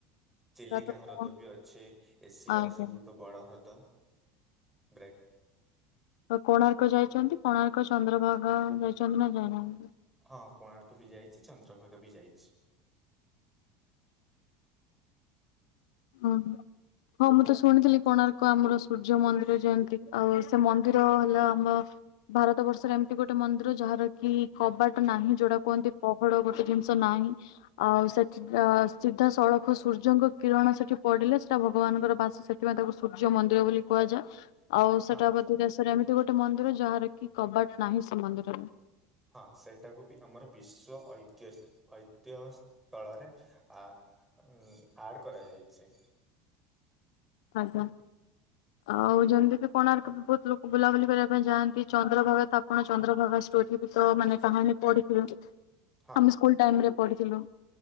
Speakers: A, in the centre; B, on the left.
A: ଚିଲିକା
B: ତ ତ
A: ହ୍ରଦ
B: କଣ
A: ବି ଅଛି ଏସିଆର
B: ଆଜ୍ଞା।
A: ସବୁଠୁ ବଡ ହ୍ରଦ। <unintelligible>
B: ଆଉ କୋଣାର୍କ ଯାଇଚନ୍ତି କୋଣାର୍କ ଚନ୍ଦ୍ରଭାଗା ଯାଇଚନ୍ତି ନା ଯାଇନାହାନ୍ତି।
A: ହଁ କୋଣାର୍କ ବି ଯାଇଚି ଚନ୍ଦ୍ରଭାଗା ବି ଯାଇଚି।
B: ଓହୋ। ହଁ ମୁଁ ତ ଶୁଣିଥିଲି କୋଣାର୍କ ଆମର ସୂର୍ଯ୍ୟ ମନ୍ଦିର ଯେମିତି ଆଉ ସେ ମନ୍ଦିର ହେଲା ଆମ ଭାରତ ବର୍ଷରେ ଏମିତି ଗୋଟେ ମନ୍ଦିର ଯାହାର କି କବାଟ ନାହିଁ ଯୋଉଟା କୁହନ୍ତି। ପହଡ ଗୋଟେ ଜିନିଷ ନାହିଁ ଆଉ ସେଠି ତ ସିଧା ସଳଖ ସୂର୍ଯ୍ୟଙ୍କ କିରଣ ସେ ସେଠି ପଡିଲେ ସେଟା ଭଗବାନଙ୍କର ବାସ। ସେଥିପାଇଁ ତାକୁ ସୂର୍ଯ୍ୟ ମନ୍ଦିର ବୋଲି କୁହାଯାଏ। ଆଉ ସେଟା
A: ହଁ
B: ବୋଧେ ଦେଶରେ ଏମିତି ଗୋଟେ ମନ୍ଦିର ଯାହାର କି କବାଟ ନାହିଁ ସେ ମନ୍ଦିରରେ।
A: ହଁ ସେଇଟାକୁ ବି ଆମର ବିଶ୍ଵ ଐତିହ ଐତିହ୍ୟ ସ୍ଥଳରେ ଆ ଉଁ ଆଡ୍ କରାଯାଇଚି।
B: ଆଜ୍ଞା। ଆଉ ଯେମିତି କି କୋଣାର୍କ ବୋ-ବୋ-ବୋହୁତ ଲୋକ ବୁଲାବୁଲି କରିବା ପାଇଁ ଯାଆନ୍ତି। ଚନ୍ଦ୍ରଭାଗା ତା ଆପଣ ଚନ୍ଦ୍ରଭାଗା ଷ୍ଟୋରୀ ଭିତ ମାନେ କାହାଣୀ ପଢିଥିବେ।
A: ହଁ
B: ଆମେ ସ୍କୁଲ ଟାଇମରେ ପଢିଥିଲୁ।